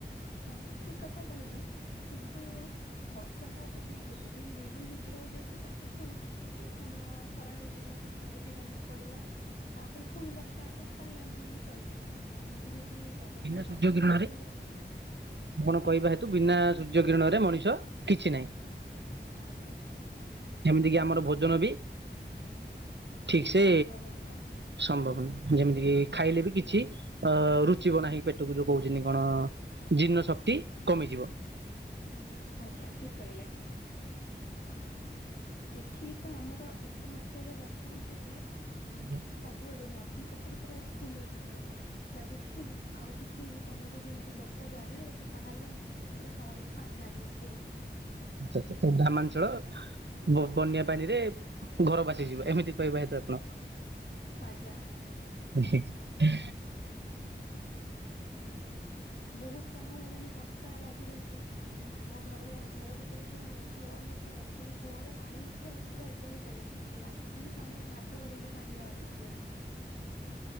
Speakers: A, on the left; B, on the right.
A: ଆଜ୍ଞା ଠିକ କଥା କହିଲେ କିନ୍ତୁ ବର୍ଷା ଟା ଯଦି ଗୋଟେ ଦିନ ଦୁଇ ଦିନ ହେଇକି ରହିଯାଉଛି ତାପରେ ଫୁଣି କିଛି ଟିକେ ସମୟ ଖରା ହେଇଗଲା ସୂର୍ଯ୍ୟଙ୍କ କିରଣ ପଡିଲା। ତାପରେ ଫୁଣି ବର୍ଷା ହବ ତାହେଲେ ଆମେ ମାନେ ଚଳିପାରିବା ଏମିତି ଯଦି ଲଗାତାର
B: ବିନା ସୂର୍ଯ୍ୟ
A: ସାତ
B: କିରଣରେ
A: ଦିନ ପର୍ଯ୍ୟନ୍ତ
B: ଆପଣ କହିବା ହେତୁ ବିନା ସୂର୍ଯ୍ୟ କିରଣରେ ମଣିଷ କିଛି ନାହିଁ।
A: ଆଜ୍ଞା।
B: ଏମିତି କି ଆମର ଭୋଜନ ବି ଠିକ ସେ
A: ସମ୍ଭବ ନୁହଁ
B: ସମ୍ଭବ ନୁହଁ ଯେମିତି କି ଖାଇଲେ ବି କିଛି ଅ ରୁଚିବ ନାହିଁ ପେଟକୁ ଯୋଉ କହୁଛନ୍ତି କଣ ଜୀର୍ଣ୍ଣ ଶକ୍ତି କମିଯିବ।
A: ଆ ଆଜ୍ଞା ଠିକ କହିଲେ। ଏଠି ତ ଆମର ଏତେ ମାତ୍ରାରେ ବର୍ଷା ହେଇଛି ଯେ ଉ
B: ଆଚ୍ଛା,
A: ସବୁଆଡେ ନଦୀ ପୋଖରୀ ପୁରା ଫୁଲ୍ ହେଇଗଲାଣି। ଲାଗୁଛି ଆଉ କିଛି ସମୟ ଯଦି ଏମତି ବର୍ଷା ଜାରି ରହିବ ତାହେଲେ ପୁରା ସହରକୁ ପାଣି ମାଡି ଆସିବ।
B: ଆଛ ଆଛା ତ ଗ୍ରାମାଞ୍ଚଳ ବ ବନ୍ୟା ପାଣି ରେ ଘର ଭାସିଯିବ ଏମିତି ପାଇବେ ହୁଏତ ଆପଣ <unintelligible>
A: ଆଜ୍ଞା।
B: ହିଁ ହିଁ
A: ବହୁତ ସମୟ ହେଲାଣି ବର୍ଷା ଲାଗି ରହିଛି ଆମ ଘର ଘର ଭିତ ତରେ ଯୋଉ କୂଅ ବି ଅଛ ସେଇ କୂଅର ପାଣି ମଧ୍ୟ ପୁରା ଉପରକୁ ଚାଲି ଆସିଲାଣି ଲାଗୁ ମାନେ ହାମେ ହାତ ବଢେଇଲେ ପାଣି ବାହାରିବାକୁ ଲାଗୁଛି।
B: <unintelligible>